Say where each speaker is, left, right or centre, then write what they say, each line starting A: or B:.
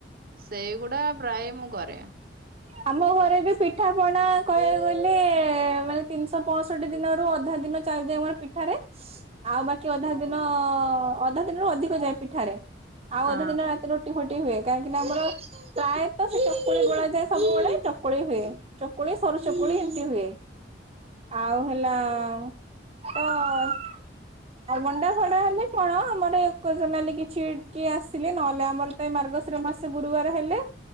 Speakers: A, on the right; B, on the right.
A: ସେଇଗୁଡା ପ୍ରାୟ ମୁଁ କ ରେ।
B: ଆମ ଘରେ ବି ପିଠା ପଣା କହିବାକୁ ଗଲେ-ଏ-ଏ ମାନେ ତିନିଶହପଅଷଠି ଦିନରୁ ଅଧା ଦିନ ଚାଲିଯାଏ ମୋର ପିଠାରେ। ଆଉ ବାକି ଅଧା ଦିନ-ଅ-ଅ-ଅ ଅଧା ଦିନରୁ ଅଧିକ ଯାଏ ପିଠାରେ। ଆଉ
A: ହଁ
B: ଅଧା ଦିନ ରାତି ରୁଟି ଫୁଟି ରୁଟିହୁଏ କାହିଁକି ନା ଆମର ପ୍ରାୟତ ସେ ଚକୁଳି ଗୋଳା ଯାଏ ସବୁବେଳେ ଚକୁଳି ହୁଏ ଚକୁଳି ସରୁ ଚକୁଳି ଏମିତି ହୁଏ। ଆଉ ହେଲା-ଆ-ଆ-ଆ ତ ଆଉ ମଣ୍ଡା ଫଣ୍ଡା ହେଲେ କଣ ଆମର ଏକ ଜନାଲି କିଛି କିଏ ଆସିଲେ ନହେଲେ ଆମର ତ ଏ ମାର୍ଗଶିର ମାସ ଗୁରୁବାର ହେଲେ